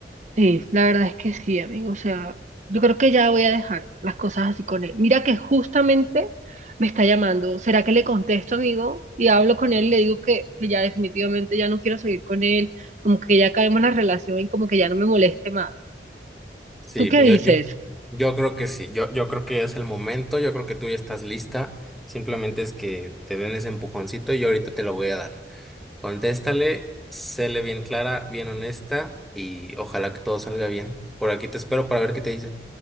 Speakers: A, on the right (about 40°); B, in the centre.
A: Sí, la verdad es que sí, amigo. O sea, yo creo que ya voy a dejar las cosas así con él. Mira que justamente me está llamando. ¿Será que le contesto, amigo? Y hablo con él y le digo que, que ya definitivamente ya no quiero seguir con él, como que ya acabemos la relación y como que ya no me moleste más.
B: Sí,
A: ¿Tú qué dices?
B: yo, yo, yo creo que sí. Yo, yo creo que es el momento, yo creo que tú ya estás lista. Simplemente es que te den ese empujoncito y yo ahorita te lo voy a dar. Contéstale, séle bien clara, bien honesta y ojalá que todo salga bien. Por aquí te espero para ver qué te dice.